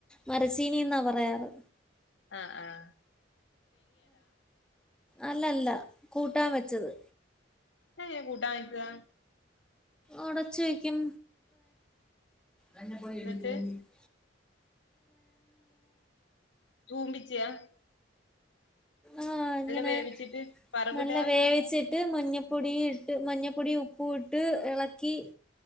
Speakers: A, in the centre; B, on the left.
A: മരച്ചീനി എന്നാ പറയാറ്
B: ആഹ്! ആഹ്!
A: അല്ല! അല്ല! കൂട്ടാൻ വെച്ചത്.
B: ഇതെങ്ങനെയാ കൂട്ടാൻ വെക്കുക?
A: ഉടച്ചു വയ്ക്കും അെ പോയി
B: എന്നിട്ട്
A: എ തോന്നി <inaudible>
B: തൂമ്പിച്ചിയാ
A: ആഹ്! ഇങ്ങനെ
B: വേവിച്ചിട്ട് വറവിടാ
A: നല്ല വേവിച്ചി - ട്ട് മഞ്ഞൾപ്പൊടി ഇട്ട് മഞ്ഞപ്പൊടി ഉപ്പും ഇട്ട് ഇളക്കി-